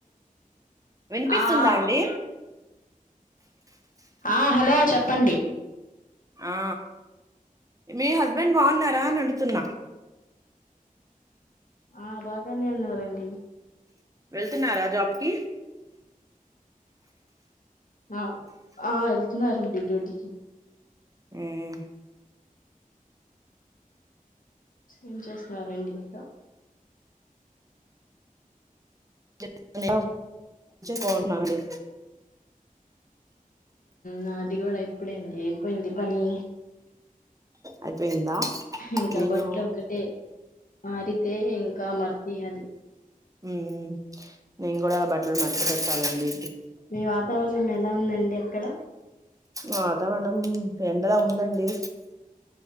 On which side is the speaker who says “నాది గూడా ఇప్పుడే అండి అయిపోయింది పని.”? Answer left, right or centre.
Left